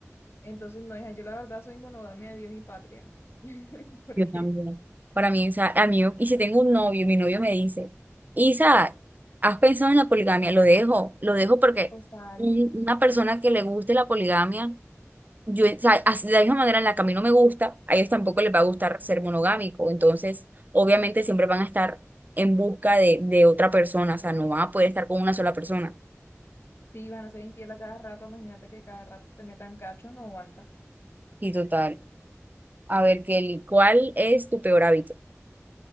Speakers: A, on the left; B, on the right.
A: Entonces, no, hija, yo la verdad soy monogamia de Dios y patria. <laughs> Porque,
B: Yo también. Para mí, o sea, a mí, y si tengo un novio, mi novio me dice, Isa, ¿has pensado en la poligamia? Lo dejo, lo dejo porque
A: total.
B: un- una persona que le guste la poligamia Yo, o sea, así- de la misma manera en la que a mí no me gusta, a ellos tampoco les va a gustar ser monogámico. Entonces, obviamente siempre van a estar en busca de, de otra persona, o sea, no van a poder estar con una sola persona.
A: Si van a ser infiel a cada rato, imagínate que cada rato te metan cacho, no aguanta.
B: y total. A ver, Kelly, ¿cuál es tu peor hábito?